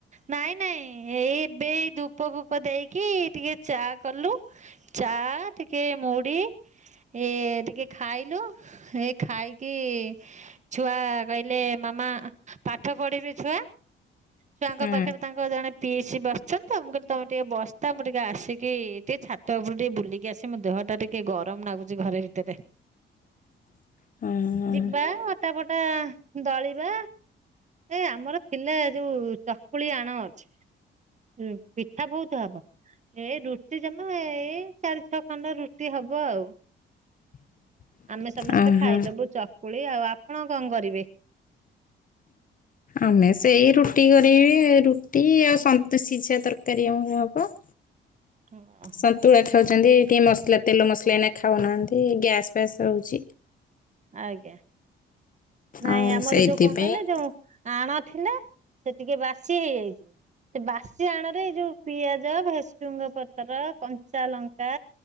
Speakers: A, on the right; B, on the left.
A: ନାଇଁ ନାଇଁ ଏଇ ଏବେ ଧୂପ ବୁପ ଦେଇକି ଟିକେ ଚା କଲୁ ଚା ଟିକେ ମୁଢ଼ି। ଏ ଟିକେ ଖାଇଲୁ ଏ ଖାଇକି। ଛୁଆ କହିଲେ ମାମା ପାଠ ପଢିବେ ଛୁଆ। ଛୁଆଙ୍କ
B: ହଁ
A: ପାଖରେ ତାଙ୍କ ଜଣେ ପିଇସି ବସିଛନ୍ତି। ତ ମୁଁ କହିଲି ତମେ ଟିକେ ବସ୍ତା ମୁଁ ଟିକେ ଆସିକି ଟିକେ ଛାତ ଉପରେ ଟିକେ ବୁଲିକି ଆସି ମୋ ଦେହ ଟା ଟିକେ ଗରମ ଲାଗୁଛି ଘରେ ଭିତରେ।
B: <inaudible> ହଁ
A: ଯିବା ଅଟାଫଟା ଦଳିବା। ଏ ଆମର ଥିଲା ଯୋଉ ଚକୁଳି ଆଣ ଅଛି। ଉଁ ପିଠା ବହୁତ ହବ। ଏ ରୁଟି ଜମା ଏଇ ଚାରି ଛଅ ଖଣ୍ଡ ରୁଟି ହବ ଆଉ।
B: <inaudible>
A: ଆମେ ସମସ୍ତେ
B: ଆହା
A: ଖାଇଦବୁ ଚକୁଳି ଆଉ ଆପଣ କଣ କରିବେ?
B: ଆମେ ସେଇ ରୁଟି କରିବି ରୁଟି ଆଉ ସନ୍ ସିଝା ତରକାରୀ ଆମର ହବ। <inaudible>
A: <unintelligible>
B: ସନ୍ତୁଳା ଖାଉଛନ୍ତି ଟିକେ ମସଲା ତେଲ ମସଲା ଏଇନା ଖାଉନାହାନ୍ତି ଗ୍ୟାସ୍ ଫ୍ୟାସ୍ ହଉଛି।
A: ଆଜ୍ଞା। ନାଇଁ
B: ଆଉ
A: ଆମର
B: ସେଇଥିପାଇଁ
A: ଯୋଉ କଣ କହିଲେ ଯୋଉ ଆଣ ଥିଲା ସେ ଟିକେ ବାସି ହେଇଯାଇଛି ସେ ବାସି ଆଣ ରେ ଏଇ ଯୋଉ ପିଆଜ ଭେସୁଙ୍ଗ ପତ୍ର କଞ୍ଚା ଲଙ୍କା।